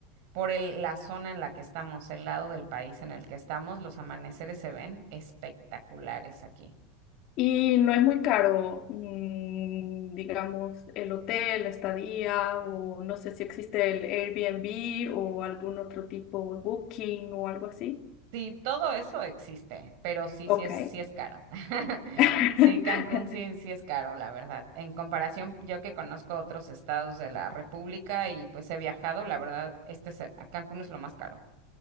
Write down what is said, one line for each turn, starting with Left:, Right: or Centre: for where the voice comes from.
Right: Por el- la zona en la que estamos, el lado del país en el que estamos, los amaneceres se ven espectaculares aquí.
Left: Y no es muy caro, mm, digamos, el hotel, la estadía, o no sé si existe el Airbnb o algún otro tipo, Booking o algo así.
Right: Sí, todo eso existe, pero sí,
Left: Ok.
Right: sí es, sí es caro. <laughs>
Left: <laughs>
Right: Sí, Cancún sí, sí es caro, la verdad. En comparación, yo que conozco otros estados de la República y pues he viajado, la verdad, este es, a Cancún es lo más caro.